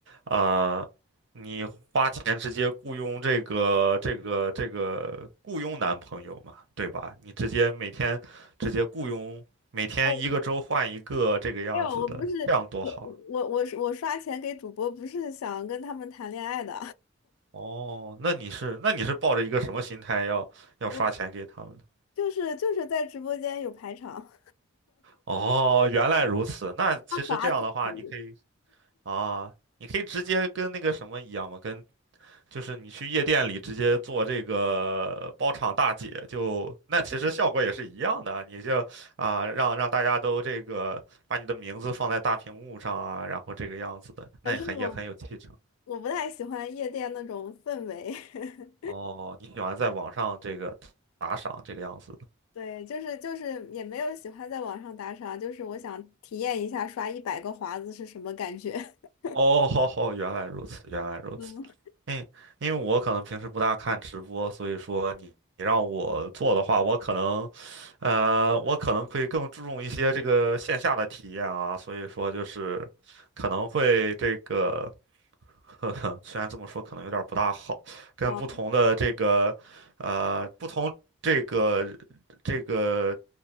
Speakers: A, on the right; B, on the left.
A: 呃，你花钱直接雇佣这个这个这个雇佣男朋友嘛，对吧？你直接每天直接雇佣，每天一个周换一个这个样子的，
B: 哦，没有，我不是我我我我刷钱给主播，
A: 这样多好啊。
B: 不是想跟他们谈恋爱的，
A: 哦，那你是那你是抱着一个什么心态要要刷钱给他们的？
B: <laughs> 我就是就是在直播间有排场，
A: 哦，原来如此。那其实这样的话，
B: 他划自己，
A: 你可以啊，你可以直接跟那个什么一样嘛，跟就是你去夜店里直接做这个包场大姐，就那其实效果也是一样的啊。你就啊、让让大家都这个把你的名字放在大屏幕上啊，然后这个样子的，那也很也很有气场。
B: 可是我我不太喜欢夜店那种氛围。<laughs>
A: 哦，你喜欢在网上这个打赏这个样子。
B: 对，就是就是也没有喜欢在网上打赏，就是我想体验一下刷一百个华子是什么感觉。<laughs>
A: 哦，好好，原来如此，原来如此。
B: 嗯，
A: 嗯，因为我可能平时不大看直播，所以说你你让我做的话，我可能，呃，我可能会更注重一些这个线下的体验啊，所以说就是可能会这个，<laughs> 呵呵，虽然这么说可能有点儿不大好，跟不同的这个，
B: 好，
A: 呃，不同这个这个。